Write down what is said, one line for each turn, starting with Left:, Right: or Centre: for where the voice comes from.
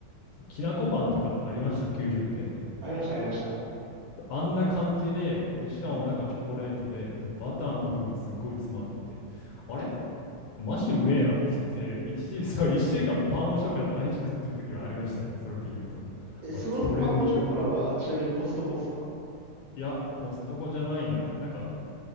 Left: そうきなこパンとかってありました給食で。
Right: ありました、ありました。
Left: そうあんな感じで、で、しかも中チョコレートで、
Right: はい。
Left: で、バターの風味すごい詰まってて、あれマジうめえなって言って、一時そう、一週間パンをしよから毎日食ってる時はありましたね。それで言うと。
Right: え、
Left: まあ、
Right: そのパンオショコラはちなみにコストコっすか
Left: トレンド店。いや、コストコじゃないな。なんか、